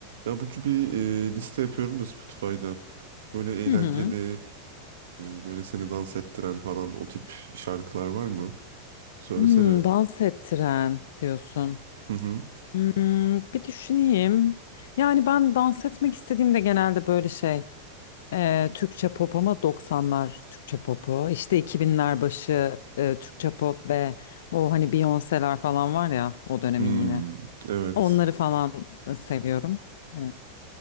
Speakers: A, on the right; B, on the left.
A: Ya Burcu bir e, liste yapıyorum da Spotify'da. Böyle eğlenceli,
B: Hı hı.
A: e, böyle seni dans ettiren falan o tip şarkılar var mı? Söylesene.
B: Hmm, dans ettiren diyorsun.
A: Hı hı.
B: Hmm, bir düşüneyim. Yani ben dans etmek istediğimde genelde böyle şey e, Türkçe pop ama doksanlar Türkçe popu işte iki binler başı e, Türkçe pop ve o hani Beyoncé'ler falan var ya o dönemin
A: Hmm,
B: yine.
A: evet.
B: Onları falan seviyorum. E,